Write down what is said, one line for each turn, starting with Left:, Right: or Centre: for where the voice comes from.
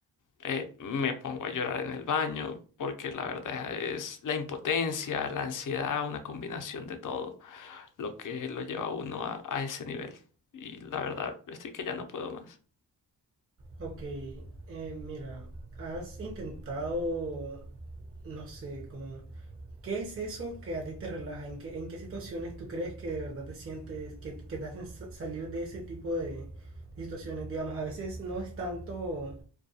Left: eh, me pongo a llorar en el baño, porque la verdad es la impotencia, la ansiedad, una combinación de todo lo que lo lleva a uno a, a ese nivel. Y la verdad, estoy que ya no puedo más.
Right: Ok, eh, mira, has intentado, no sé, como, ¿qué es eso que a ti te relaja? ¿En qué, en qué situaciones tú crees que de verdad te sientes, que, te- que te hacen sa- salir de ese tipo de situaciones? Digamos, a veces no es tanto